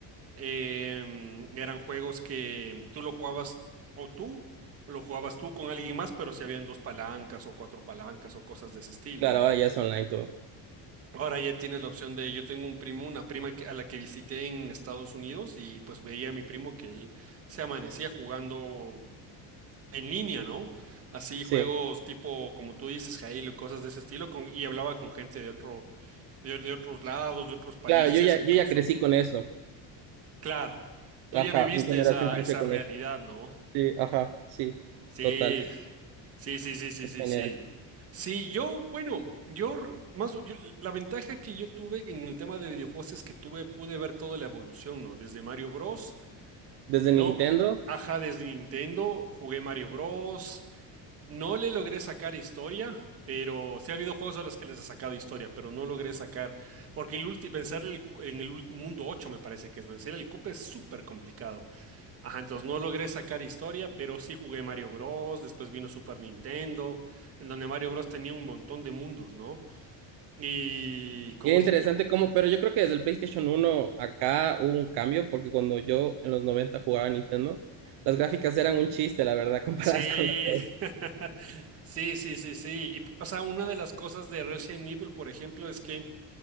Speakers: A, on the right; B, on the right.
A: Em, eran juegos que tú lo jugabas o tú, o lo jugabas tú con alguien más, pero si habían dos palancas o cuatro palancas o cosas de ese estilo,
B: Claro,
A: ¿no?
B: ahora ya es online todo.
A: Ahora ya tienes la opción de, yo tengo un primo, una prima que- a la que visité en Estados Unidos y pues veía a mi primo que él se amanecía jugando en línea, ¿no? Así
B: Sí.
A: juegos tipo, como tú dices, Jail, cosas de ese estilo, con- y hablaba con gente de otro, de de otros lados, de otros países
B: Claro, yo ya,
A: incluso.
B: yo ya crecí con eso.
A: Claro. Tú
B: Ajá,
A: ya viviste
B: mi generación
A: esa,
B: creció
A: esa
B: con
A: realidad,
B: eso.
A: ¿no?
B: Sí, ajá, sí,
A: Sí,
B: total,
A: sí, sí, sí, sí,
B: es
A: sí,
B: genial.
A: sí. Sí, yo, bueno, yo r- más, o- yo- la ventaja que yo tuve en el tema de videojuegos es que tuve, pude ver toda la evolución, ¿no? Desde Mario Bros.
B: Desde
A: No,
B: Nintendo,
A: ajá, desde Nintendo jugué Mario Bros. No le logré sacar historia, pero sí ha habido juegos a los que les he sacado historia, pero no logré sacar, porque el ulti- vencer el- en el ult- mundo 8 me parece que es vencer el cupe es súper complicado. Ajá, entonces no logré sacar historia, pero sí jugué Mario Bros. Después vino Super Nintendo, en donde Mario Bros. tenía un montón de mundos, ¿no? Y ¿cómo
B: bien interesante
A: se llama?
B: cómo, pero yo creo que desde el PlayStation uno acá hubo un cambio, porque cuando yo en los 90 jugaba a Nintendo, las gráficas eran un chiste, la verdad, <laughs> comparadas
A: Sí,
B: con las de hoy.
A: <laughs> sí, sí, sí, sí. Y, o sea, una de las cosas de Resident Evil, por ejemplo, es que